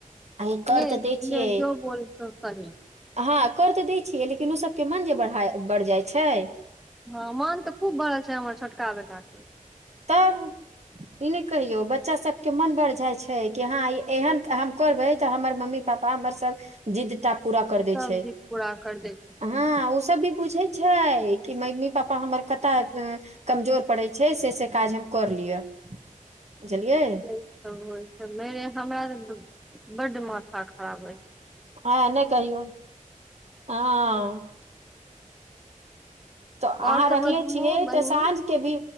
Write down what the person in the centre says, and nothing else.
ले
ले जो बोल सो सही
हँ मन तऽ खूब बढ़ल छै, हमर छोटका बेटाक
सब
जिद पूरा कर दै छथिन
यहि सब होइ छै, मेरे हमरा त बड्ड माथा खराब अई।
और
सब
बतबू
बहिन